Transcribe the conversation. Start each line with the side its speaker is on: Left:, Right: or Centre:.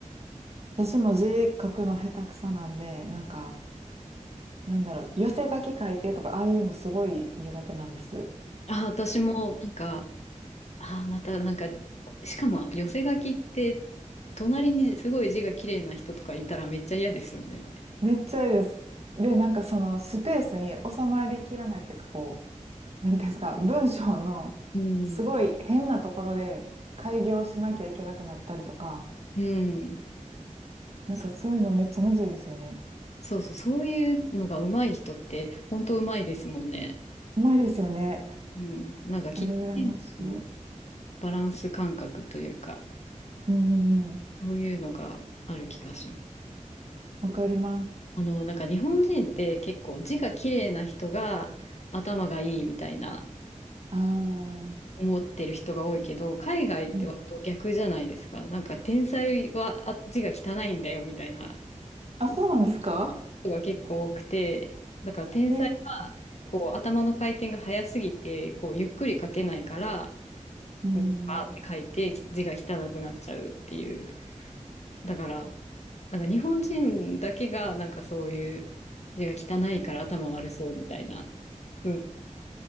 Right: 私も字書くの下手くそなんで、なんか、なんだろう、寄せ書き書いてとか、ああいうのすごい苦手なんです。
Left: あ、私も、なんか、あ、また、なんか、しかも、寄せ書きって、隣にすごい字が綺麗な人とかいたらめっちゃ嫌ですよね。
Right: めっちゃいいです。で、なんかそのスペースに収まりきらないっていうか、こう、なんていうんですか、文章のすごい変なところで改行しなきゃいけなくなったりとか、
Left: うん、うん。
Right: なんかそういうのめっちゃむずいですよね。
Left: そ、そうそう、そういうのが上手い人って、本当上手いですもんね。
Right: うまいですよね。
Left: うん。なんか、キッチンの
Right: あれ羨ましい。
Left: バランス感覚というか、
Right: うんうん、
Left: そういうのがある気がします。
Right: わかります。
Left: あの、なんか日本人って結構字が綺麗な人が頭がいいみたいな
Right: ああ、
Left: 思ってる人が多いけど、海外って割と逆じゃないですか。
Right: うん、
Left: なんか天才はあ字が汚いんだよみたいな。
Right: あ、そうなんですか
Left: 人が結構多くて、だから天才はこう頭の回転が速すぎてこうゆっくり書けないから、
Right: え、うん、
Left: なんかバーって書いて字が汚くなっちゃうっていう。だからなんか日本人だけがなんかそういう字が汚いから頭悪そうみたいな。うん、